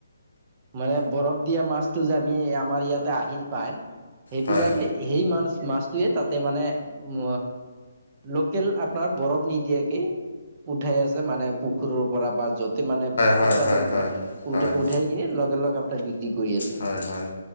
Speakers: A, on the right; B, on the left.
A: মানে বৰফ দিয়া মাছতটো যে আমি আমাৰ ইয়াতে আহি পায়। সেইবিলাকে
B: হয়
A: সেই মাছ মাছটোৱে তাতে মানে উ লোকেল আপোনাৰ বৰফ নিদিয়াকে উঠাই আছে মানে পুখুৰৰ পৰা বা য'ত মানে
B: হয়
A: উৎপাদন
B: হয় হয়
A: কৰে উ
B: হয়
A: উঠাই লগপাৰ বিক্ৰী কৰি আছে
B: হয় হয়